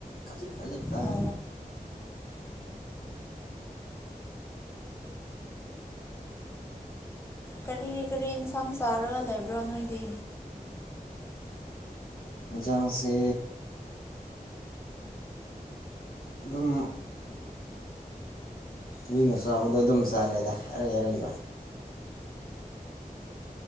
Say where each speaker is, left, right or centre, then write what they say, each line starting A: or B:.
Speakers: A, on the left (about 80°); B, on the left (about 15°).
A: ꯈꯖꯤꯛ ꯈꯖꯤꯛ ꯇꯥꯏ
B: ꯑꯣ ꯀꯔꯤ ꯀꯔꯤ ꯌꯦꯟꯁꯥꯡ ꯆꯥꯔꯒ ꯂꯩꯕ꯭ꯔꯣ ꯅꯣꯏꯗꯤ
A: ꯍꯦꯟꯁꯥꯡꯁꯦ ꯑꯗꯨꯝ ꯃꯤꯅ ꯆꯕꯗꯣ ꯑꯗꯨꯝ ꯆꯔꯦꯗ ꯑꯔꯩ ꯑꯔꯩꯕ